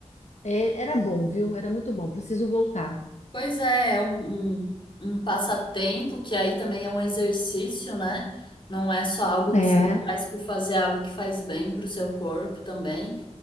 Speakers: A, on the left (about 75°); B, on the left (about 45°).
A: é- era bom, viu? Era muito bom. Preciso voltar.
B: Pois é, é um, um, um passatempo que aí também é um exercício, né? Não é só algo
A: É,
B: que você faz por fazer, é algo que faz bem para o seu corpo também.